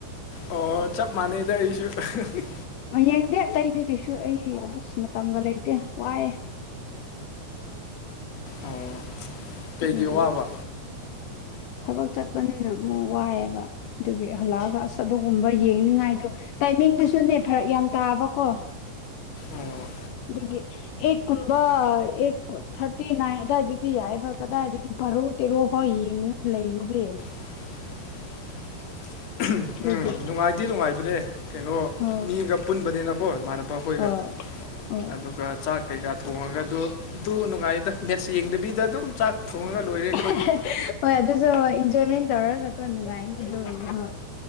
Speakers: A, on the left; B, on the left.
A: ꯑꯣ ꯆꯞ ꯃꯥꯟꯅꯩꯗ ꯑꯩꯁꯨ <unintelligible>
B: ꯌꯦꯡꯗꯦ ꯑꯇꯩꯗꯤ ꯀꯩꯁꯨ ꯑꯩ ꯑꯗꯨꯁꯨ ꯃꯇꯝꯒ ꯂꯩꯇꯦ ꯋꯥꯑꯦ꯫
A: ꯑꯣ ꯀꯩꯒꯤ
B: ꯑꯗꯨꯒꯤ
A: ꯋꯥꯕ꯫
B: ꯊꯕꯛ ꯆꯠꯄꯅꯤꯅ ꯑꯃꯨꯛ ꯋꯥꯏꯑꯦꯕ꯫ ꯑꯗꯨꯒꯤ ꯍꯜꯂꯛꯑꯒ ꯑꯁ ꯑꯗꯨꯒꯨꯝꯕ ꯌꯦꯡꯅꯤꯡꯉꯥꯏꯗꯣ ꯇꯥꯏꯃꯤꯡꯗꯨꯁꯨꯅꯦ ꯐꯔꯛ ꯌꯥꯝ ꯇꯥꯕꯀꯣ꯫
A: ꯑꯣ꯫
B: ꯗꯨꯒꯤ꯫ ꯑꯦꯠ ꯀꯨꯝꯕ ꯑꯦꯠ ꯊꯥꯔꯇꯤ ꯅꯥꯏꯟ ꯑꯗꯨꯋꯥꯏꯗꯗꯤ ꯌꯥꯏꯕ ꯀꯗꯥꯏꯗꯒꯤ ꯕꯔꫭ ꯇꯦꯔꯣ ꯐꯥꯎ ꯌꯦꯡꯉ ꯂꯩꯔꯗꯤ꯫
A: <unintelligible>
B: ꯑꯗꯨꯒꯤ
A: ꯅꯨꯡꯉꯥꯏꯗꯤ ꯅꯨꯡꯉꯥꯏꯕꯅꯦ ꯀꯩꯅꯣ
B: ꯑꯣ
A: ꯃꯤꯒ ꯄꯨꯨꯟꯕꯅꯤꯅꯀꯣ ꯏꯃꯥꯟꯅꯕ ꯈꯣꯏꯒ
B: ꯑꯣ ꯑꯣ
A: ꯑꯗꯨꯒ ꯆꯥꯛ ꯀꯩꯀꯥ ꯊꯣꯡꯉꯒ ꯑꯗꯨ ꯑꯗꯨ ꯅꯨꯡꯉꯥꯏꯗ ꯃꯦꯠꯁ ꯌꯦꯡꯗꯕꯤꯗ ꯑꯗꯨꯝ ꯆꯥꯛ ꯊꯣꯡꯉꯒ ꯂꯣꯏꯔꯦ꯫ ꯑꯩꯈꯣꯏꯗꯤ
B: <unintelligible> ꯍꯣꯏ ꯑꯗꯨꯁꯨ ꯏꯟꯖꯣꯏꯃꯦꯟ ꯇꯧꯔꯒꯀꫭ ꯅꯨꯉꯥꯏꯅꯤ ꯗꯨꯒꯨꯝꯕ꯫